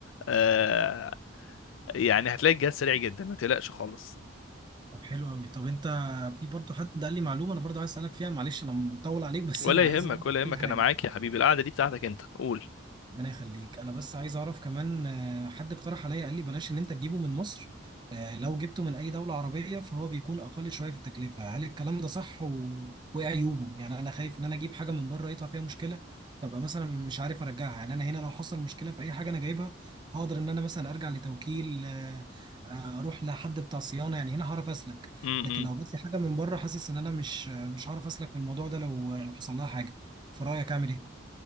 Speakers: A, on the left (about 75°); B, on the right (about 20°).
A: آه يعني هتلاقي الجهاز سريع جدا ما تقلقش خالص
B: طب حلو قوي طب انت في برضه حد قال لي معلومه انا برضه عايز اسالك فيها معلش انا مطول عليك بس
A: ولا
B: انا عايز
A: يهمك
B: اعرف
A: ولا يهمك
B: كل حاجه
A: انا معاك يا حبيبي القعده دي بتاعتك انت قول
B: ربنا يخليك انا بس عايز اعرف كمان آه، حد اقترح عليا قال لي بلاش ان انت تجيبه من مصر آه، لو جبته من اي دولة عربية فهو بيكون اقل شوية في التكلفة هل الكلام ده صح و... وايه عيوبه يعني انا خايف ان انا اجيب حاجة من بره يطلع فيها مشكلة فابقى مثلا مش عارف ارجعها يعني انا هنا لو حصل مشكلة في اي حاجة انا جايبها هقدر ان انا مثلا ارجع لتوكيل آه، آه، اروح لحد بتاع صيانة يعني هنا هعرف اسلك
A: امم
B: لكن لو جبت لي حاجة من بره حاسس ان انا مش آه، مش هعرف اسلك في الموضوع ده لو لو حصل لها حاجة في رأيك اعمل ايه